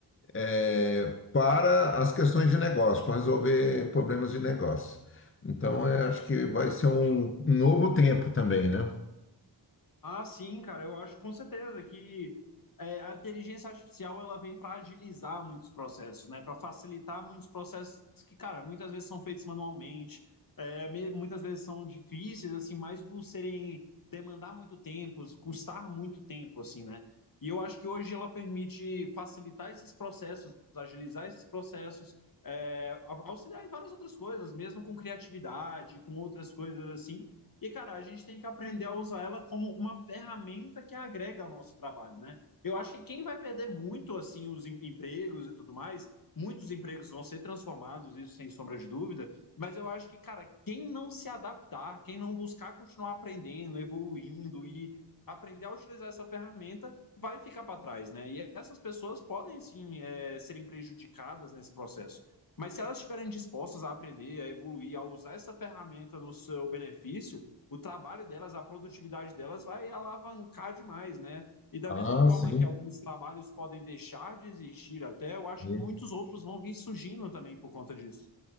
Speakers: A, on the left (about 30°); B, on the left (about 50°).
A: é, para as questões de negócio, para resolver problemas de negócio. Então, eu acho que vai ser um novo tempo também, né?
B: Ah, sim, cara, eu acho com certeza que é, a inteligência artificial ela vem para agilizar muitos processos, né? Para facilitar muitos processos que, cara, muitas vezes são feitos manualmente, é, me- muitas vezes são difíceis, assim, mas por serem demandar muito tempo, custar muito tempo, assim, né? E eu acho que hoje ela permite facilitar esses processos, agilizar esses processos, é, au- auxiliar em várias outras coisas, mesmo com criatividade, com outras coisas assim. E, cara, a gente tem que aprender a usar ela como uma ferramenta que agrega ao nosso trabalho, né? Eu acho que quem vai perder muito, assim, os em- empregos e tudo mais, muitos empregos vão ser transformados, isso sem sombra de dúvida, mas eu acho que, cara, quem não se adaptar, quem não buscar continuar aprendendo, evoluindo e aprender a utilizar essa ferramenta, vai ficar para trás, né? E essas pessoas podem, sim, é, serem prejudicadas nesse processo. Mas se elas estiverem dispostas a aprender, a evoluir, a usar essa ferramenta no seu benefício, o trabalho delas, a produtividade delas vai alavancar demais, né? E da
A: Ah,
B: mesma forma
A: sim.
B: que alguns trabalhos podem deixar de existir até, eu acho
A: Sim.
B: que muitos outros vão vir surgindo também por conta disso.